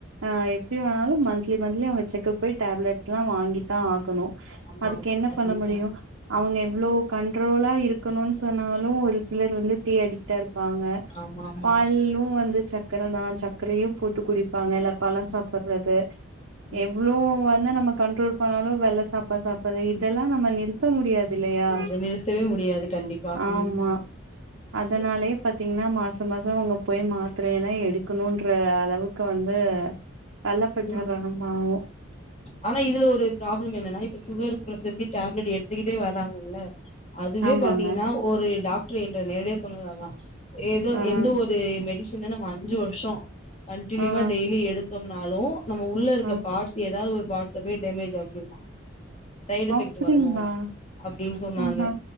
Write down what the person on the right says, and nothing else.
ஆ எப்டி வேணாலு மந்த்லி மந்த்லி அவுங்க செக்கப் போய் டேப்லெட்ஸ்லா வாங்கித்தா ஆகணு
அதுக்கு
என்ன
பண்ண முடியு அவங்க எவ்வளோ கண்ட்ரோலா இருக்கணுன்னு சொன்னாலு ஒரு சிலர் வந்து டீ அடிக்ட்டா இருப்பாங்க
பாலு வந்து சக்கர தா சக்கரையும் போட்டு குடிப்பாங்க இல்ல பழம் சாப்புறது
எவ்ளோ வந்து நம்ம கண்ட்ரோல் பண்ணாலு வெள்ல சாப்பா சாப்புறது இதெல்லா நம்ம நிறுத்த முடியாது இல்லயா
ஆமா
அதனாலே
பாத்தீங்கன்னா மாச மாச அவுங்க போய் மாத்திரயெல்லா எடுக்கணுன்ற அளவுக்கு வந்து வெள்ள பட்டா
ரகமாவு
ஆமாங்க
ஆஹா
ஆஹா
ஆ
அப்டிங்களா
ஆஹா